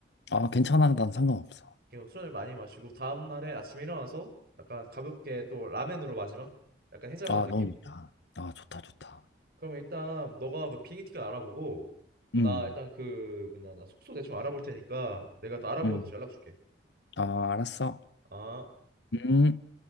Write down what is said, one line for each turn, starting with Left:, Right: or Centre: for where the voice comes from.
Left: 아, 괜찮아. 난 상관없어.
Right: 그럼 술을 많이 마시고 다음 날에 아침에 일어나서 약간 가볍게 또 라멘으로 마지막 약간 해장하는
Left: 아,
Right: 느낌?
Left: 너무 좋다. 아, 좋다, 좋다.
Right: 그러면 일단 너가 그 비행기 티켓 알아보고
Left: 음,
Right: 나 일단 그 뭐냐 나 숙소 대충 알아볼 테니까 내가 다 알아보고
Left: 음.
Right: 다시 연락 줄게.
Left: 아, 알았어.
Right: 아.
Left: 음.